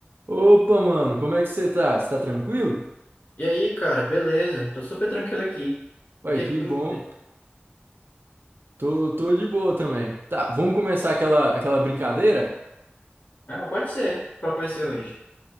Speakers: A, on the right; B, on the left.
A: Opa, mano, como é que você tá? Você tá tranquilo?
B: E aí, cara, beleza? Tô super tranquilo aqui.
A: Ué,
B: O que
A: que
B: é que tu
A: bom.
B: me diz?
A: Tô, tô de boa também. Tá, vamos começar aquela, aquela brincadeira?
B: Ah, pode ser. Qual que vai ser hoje?